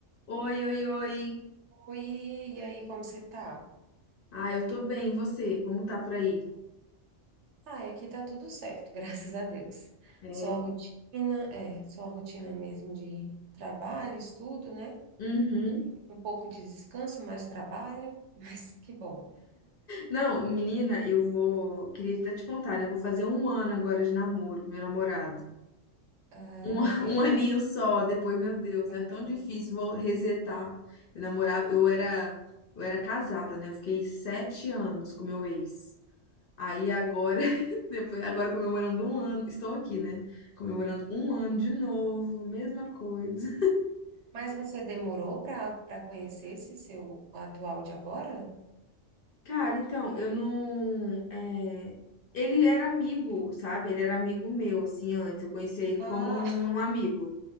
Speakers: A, on the left (about 55°); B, on the right (about 70°).
A: Oi, oi, oi.
B: Oi, e aí, como você tá?
A: Ah, eu tô bem, e você? Como tá por aí?
B: Ah, aqui tá tudo certo, <laughs> graças a Deus.
A: É.
B: Só a rotina, é, só a rotina mesmo de trabalho, estudo, né?
A: Uhum.
B: Um pouco de descanso, mais trabalho, <laughs> mas que bom.
A: Não, menina, eu vou. Queria até te contar, né? Eu vou fazer um ano agora de namoro com meu namorado.
B: Ah,
A: Um, <laughs>
B: que legal.
A: um aninho só, depois, meu Deus,
B: Aham.
A: é tão difícil, vou resetar. Eu namorava, eu era, eu era casada, né? Eu fiquei sete anos com meu ex. Aí agora, <laughs> depois, agora comemorando um ano, estou aqui, né? Comemorando um ano de novo, mesma coisa.
B: Mas você demorou para para conhecer esse seu atual de agora?
A: Cara, então, eu não. é, Ele era amigo, sabe? Ele era amigo meu, assim, antes. Eu conhecia ele
B: Ah,
A: como um amigo.